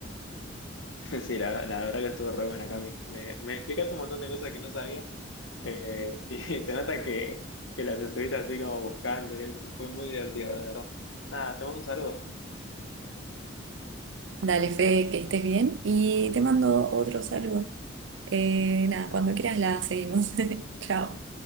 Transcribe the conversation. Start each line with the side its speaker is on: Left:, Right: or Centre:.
Left: <laughs> Sí, la, la verdad que estuvo re buena, Cami. Me, me explicaste un montón de cosas que no sabía eh, <laughs> y te nota que, que las estuviste así como buscando y eso, fue muy divertido, de verdad. Nada, te mando un saludo.
Right: Dale, Fede, que estés bien y te mando otro saludo. Eh, nada, cuando quieras la seguimos. <laughs> Chao.